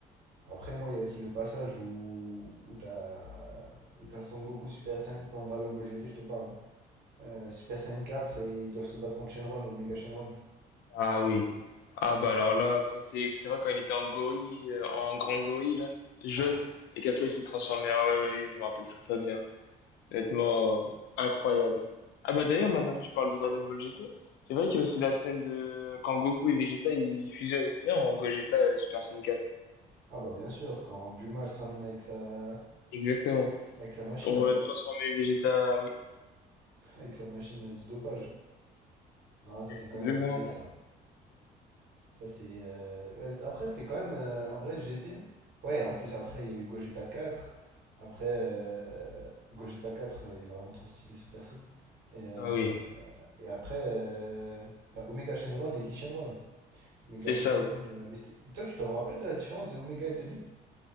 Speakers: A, on the right (about 75°); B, on the left (about 80°).
A: Après, moi, il y a aussi le passage où, où t'as où t'as Son Goku Super Saiyan dans Dragon Ball GT, je te parle. hein. Euh, Super Saiyan 4 et ils doivent se battre contre Shenron, Omega Shenron.
B: Ah oui. Ah bah alors là, quand il s'est- c'est vrai quand il était en gorille, euh, en grand gorille là, jaune,
A: Ah,
B: et qu'après il s'est transformé en... Ouais, ouais, ouais, je me rappelle très très bien. Honnêtement, euh, incroyable. hein. Ah bah d'ailleurs, maintenant que tu parles de Dragon Ball GT, c'est vrai qu'il y a aussi la scène de... Quand Goku et Vegeta, ils fusionnent, tu sais, en Gogeta euh, Super Saiyan 4.
A: Ah bah bien sûr, quand Bulma elle se ramène avec sa
B: Exactement.
A: avec sa machine,
B: Pour euh, transformer Vegeta, oui.
A: <laughs> avec sa machine de dopage. Ah ça c'est quand
B: C'est
A: même
B: exactement
A: abusé
B: ça.
A: ça. Ça c'est euh, ouais, c'est- après c'était quand même euh, en vrai G T Ouais, en plus après il y a eu Gogeta quatre Après euh, Gogeta 4 euh, il est vraiment trop stylé ce perso. Et, euh,
B: Ah oui,
A: et après euh, t'as Omega Shenron et Lee Shenron. Omega
B: c'est
A: Shenron
B: ça, oui.
A: euh, mais c'était- toi tu t'en rappelles de la différence de Omega et de Lee?